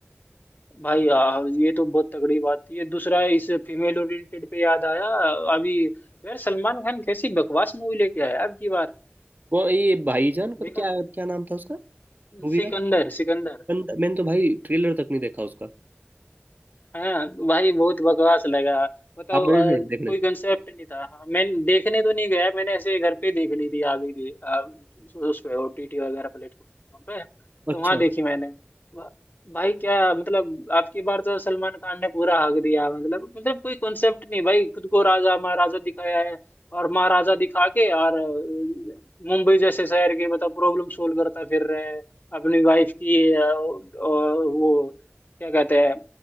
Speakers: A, on the left; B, on the right.
A: भाई आ, ये तो बहुत तगड़ी बात थी ये दूसरा इस फीमेल ओरिएंटेड पे याद आया अभी यार सलमान खान कैसी बकवास मूवी लेके आया अब की बार
B: कौन ये भाईजान पता
A: देखा
B: क्या
A: है?
B: क्या नाम था उसका मूवी
A: सिकंदर
B: का
A: सिकंदर
B: बंद- मैंने तो भाई ट्रेलर तक नहीं देखा उसका
A: हाँ भाई बहुत बकवास लगा बताओ
B: आप
A: अ,
B: गए थे देखने
A: कोई कंसेप्ट नहीं था हाँ, मैं देखने तो नहीं गया मैंने ऐसे घर पे ही देख ली थी आ गई थी अ, उस पे ओटीटी वगैरह प्लेटफॉर्म पे
B: अच्छा
A: तो वहां देखी मैंने वा- भाई क्या मतलब आपकी बार तो सलमान खान ने पूरा हक दिया मतलब मतलब कोई कॉन्सेप्ट नहीं भाई खुद को राजा महाराजा दिखाया है और महाराजा दिखा के और अ, मुंबई जैसे शहर के मतलब प्रॉब्लम सोल्व करता फिर रहे हैं अपनी वाइफ की अ, अ, वो क्या कहते हैं